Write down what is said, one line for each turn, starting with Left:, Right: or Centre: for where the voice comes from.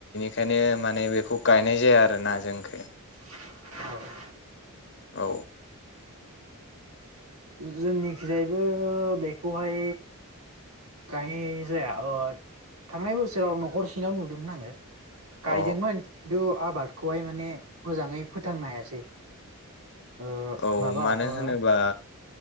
Left: ओंखायनो माने बेखौ गायनाय जाया आरो ना जों खै
Right: औ
Left: औ
Right: जोंनिखिजायैबो बेखौहाय गायनाय जाया थांनाय बोसोराव न'खरसेनाव नुदोंमोन आङो
Left: अ
Right: गायदोंमोन खिन्थु आबादखौहाय माने मोजाङै फोथांनो हायासै। ओ
Left: औ
Right: माबा
Left: मानो?
Right: ओ
Left: होनोबा